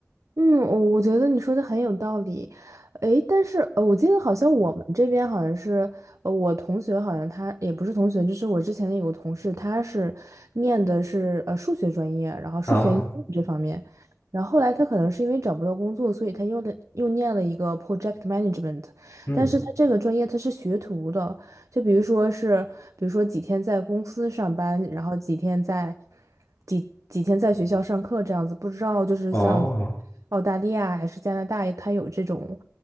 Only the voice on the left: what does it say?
啊，
嗯，
哦。